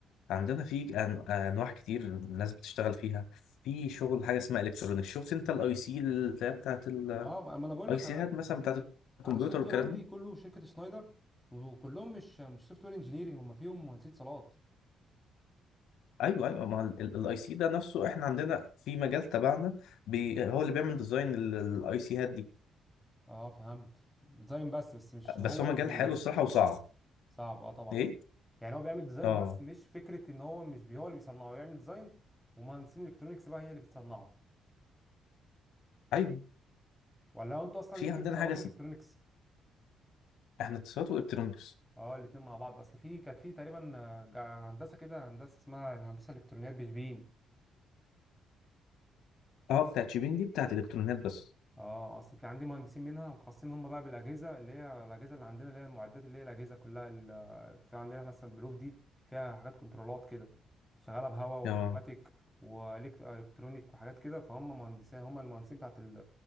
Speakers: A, on the left (about 85°); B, in the centre.
A: عندنا في أن- انواع كتير الناس بتشتغل فيها في شغل حاجه اسمها الكترونيك شفت انت الاي سي اللي هي بتاعت الاي
B: اه ما ما انا بقول لك
A: سيهات
B: انا
A: مثلا بتاعت الكمبيوتر
B: انا السوفت
A: والكلام
B: وير عندي
A: ده
B: كله شركه شنايدر وكلهم مش مش سوفت وير انجينيرنج هم فيهم مهندسين اتصالات
A: ايوه ايوه ما الاي سي ده نفسه احنا عندنا في مجال تبعنا بي هو اللي بيعمل ديزاين الاي سي هات دي
B: اه فهمت ديزاين بس بس مش هو
A: بس هو
B: اللي
A: مجال
B: بي
A: حلو الصراحه وصعب
B: صعب اه طبعا
A: ايه
B: يعني هو بيعمل ديزاين
A: اه
B: بس مش فكره ان هو مش بي هو اللي بيصنعه هو يعمل ديزاين ومهندسين الكترونكس بقى هي اللي بتصنعه
A: ايوه
B: ولا انتوا اصلا
A: في
B: انتوا
A: عندنا
B: اتصالات
A: حاجه اسمها
B: والكترونكس
A: احنا اتصالات والكترونكس
B: اه الاتنين مع بعض اصل في كانت في تقريبا آه، جا- هندسه كده هندسه اسمها الهندسه الالكترونيات بشبين
A: اه بتاعت شيبين دي بتاعت الكترونيات بس
B: اه آه، اصل في عندي مهندسين منها مخصصين هم بقى بالاجهزه اللي هي الاجهزه اللي عندنا اللي هي المعدات اللي هي الاجهزه كلها ال- في عندنا احنا مثلا بلوف دي فيها حاجات كنترولات كده شغاله بهواء ونيوماتيك
A: اه
B: والكترونيك وحاجات كده فهم مهندسين هم المهندسين بتاعت ال-